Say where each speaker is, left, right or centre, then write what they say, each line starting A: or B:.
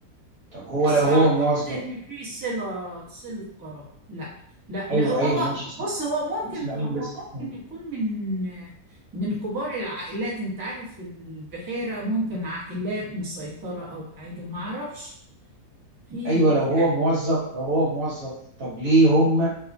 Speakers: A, on the right; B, on the right.
A: طب هو
B: بس
A: لو هو
B: اعتقد
A: موظف
B: ان في صله صله قرابه لا لا
A: أيوه
B: لا وهو
A: أيوه ماشي اسم-
B: بص هو ممكن
A: اسماعيل
B: هو
A: بس
B: ممكن
A: يعني.
B: يكون من من كبار العائلات انت عارف البحيره ممكن عائلات مسيطره او حاجه ما اعرفش في
A: أيوه لو هو
B: يعني
A: موظف لو هو موظف طب ليه هم